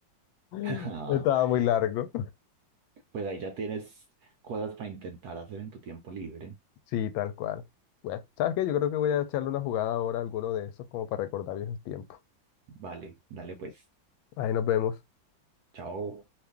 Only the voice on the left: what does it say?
<laughs>
Estaba muy largo.
Sí, tal cual. Bueno, ¿sabes qué? Yo creo que voy a echarle una jugada ahora a alguno de esos como para recordar viejos tiempos.
Ahí nos vemos.